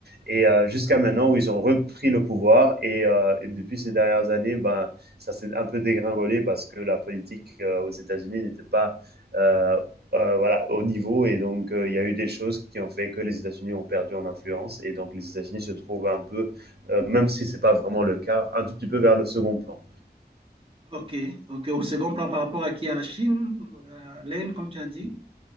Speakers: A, on the right; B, on the right.
A: Et euh, jusqu'à maintenant, où ils ont repris le pouvoir. Et, euh, et depuis ces dernières années, ben, ça s'est un peu dégringolé parce que la politique euh, aux États-Unis n'était pas euh, euh, voilà, au niveau. Et donc, euh, il y a eu des choses qui ont fait que les États-Unis ont perdu en influence. Et donc, les États-Unis se trouvent un peu, euh, même si ce n'est pas vraiment le cas, un tout petit peu vers le second plan.
B: Ok, ok. Au second plan par rapport à qui? À la Chine, à l'Inde, comme tu as dit.